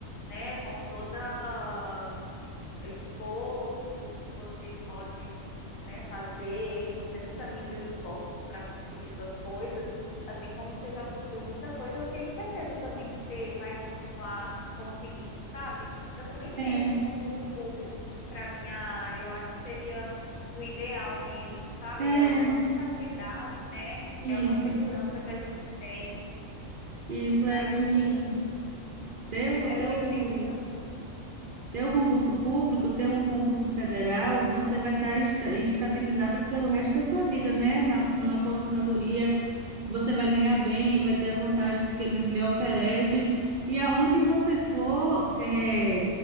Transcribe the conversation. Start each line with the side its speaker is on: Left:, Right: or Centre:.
Left: né, com toda esforço que você pode, né, fazer, você nunca mediu esforço para conseguir suas coisas, assim como você já conseguiu muita coisa, eu tenho certeza também que você vai continuar conseguindo, sabe? Eu também
Right: é.
Left: penso em concurso público para minha área, eu acho que seria o ideal mesmo, sabe?
Right: É,
Left: É uma estabilidade, né?
Right: isso,
Left: É uma segurança que a gente tem,
Right: isso
Left: mas
Right: é assim,
Left: assim,
Right: teu,
Left: a
Right: teu,
Left: gente tem que eu
Right: teu concurso público, teu um concurso federal, você vai estar esta- estabilizado para o resto da sua vida, né? Na, na aposentadoria. você vai ganhar bem, vai ter as vantagens que eles lhe oferecem. E aonde você for, é,